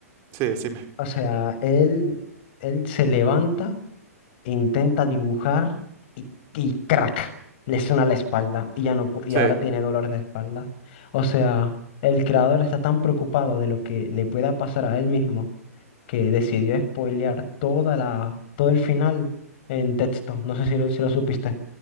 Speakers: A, on the right (about 30°); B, on the left (about 40°).
A: sí, decime.
B: O sea, él, él se levanta, intenta dibujar y, y crack, le suena la espalda y ya no, pu- y
A: Sí.
B: ahora tiene dolor de espalda. O sea, el creador está tan preocupado de lo que le pueda pasar a él mismo que decidió spoilear toda la, todo el final en texto. No sé si lo, si lo supiste.